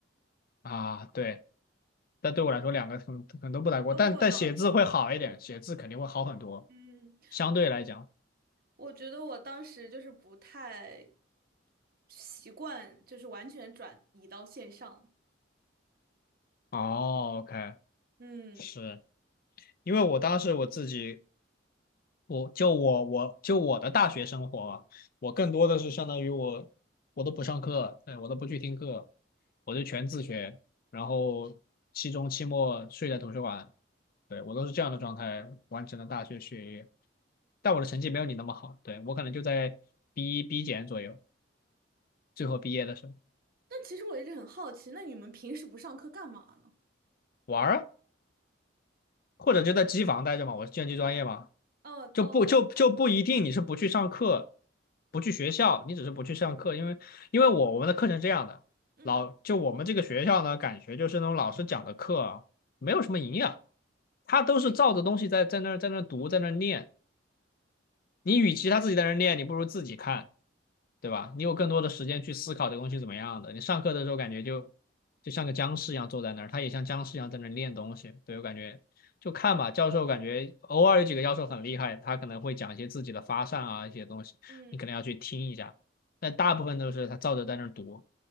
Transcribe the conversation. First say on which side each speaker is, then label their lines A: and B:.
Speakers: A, on the left (about 50°); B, on the right (about 50°).
A: 啊，对。但对我来说，两个可能可能都不太过，
B: 都不过脑子，
A: 但但写字会好一点，写字肯定会好很多，
B: 嗯。
A: 相对来讲。
B: 我觉得我当时就是不太习惯，就是完全转移到线上。
A: 哦，OK，
B: 嗯，
A: 是因为我当时我自己，我就我我就我的大学生活啊我更多的是相当于我我都不上课，对，我都不去听课，我就全自学，然后期中期末睡在图书馆，对，我都是这样的状态完成了大学学业，但我的成绩没有你那么好，对，我可能就在 B 一 B 减左右，最后毕业的时候。
B: 但其实我一直很好奇，那你们平时不上课干嘛呢？
A: 玩儿啊或者就在机房待着嘛，我是计算机专业嘛，
B: 哦哦哦，
A: 就不就就不一定你是不去上课，不去学校，你只是不去上课，因为因为我我们的课程是这样的，
B: 嗯
A: 老就我们这个学校呢，感觉就是那种老师讲的课啊没有什么营养，他都是照着东西在在那儿在那儿读在那儿念，你与其他自己在那儿念，你不如自己看。对吧？你有更多的时间去思考这个东西怎么样的。你上课的时候感觉就就像个僵尸一样坐在那儿，他也像僵尸一样在那儿练东西。对，我感觉就看吧，教授感觉偶尔有几个教授很厉害，他可能会讲一些自己的发散啊一些东西，
B: 嗯，
A: 你可能要去听一下。但大部分都是他照着在那儿读，